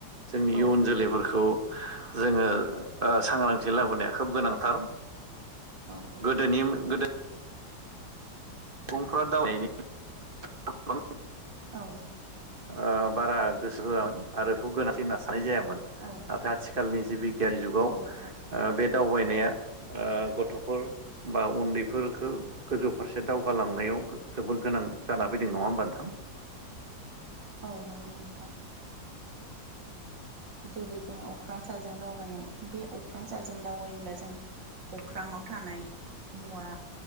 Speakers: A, on the right (about 30°); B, on the right (about 70°).
A: जोंनि
B: औ
A: इयुन जोलैफोरखौ जोङो ओ सांग्रांथि लाबोनाया खोब गोनांथार।
B: औ
A: गोदोनि गोदो सुबुंफ्रा <unintelligible>
B: औ।
A: ओ बारा गोसो होआमोन आरो बेखौ गोनांथि होनना सा थानाय जायामोन
B: औ
A: नाथाय आथिखालनि जिबि गियानि जुगाव ओ
B: औ औ
A: बे दावबायनाय <unintelligible> ओ गथ'फोर बा उन्दैफोरखो गोजौ फारसे दाव गा लांनायाव जोबोर गोनां जाना फैदों नङा होमबा नोंथां?
B: औ नंगौ नोंथां। जेरै जों अख्रां साजों दावबायनाय बे अख्रां साहाजों दावबायोब्ला जों अख्राङाव थानाय मुवा